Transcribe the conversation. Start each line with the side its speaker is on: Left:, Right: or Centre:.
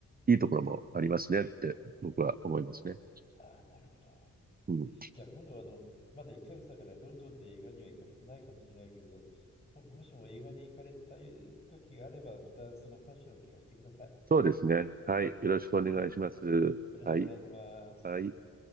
Right: いいところもありますねって僕は思いますね。
Left: ああ、なるほど。
Right: うん。
Left: じゃあ今度はあの、まだ1ヶ月だからロンドンで映画には行かれてないかもしれないけれど、ほもしも映画に行かれた時があれば、またその話を聞かせてください。
Right: そうですね。はい。よろしくお願いします。
Left: うんよろしくお願いします。
Right: はい。はい。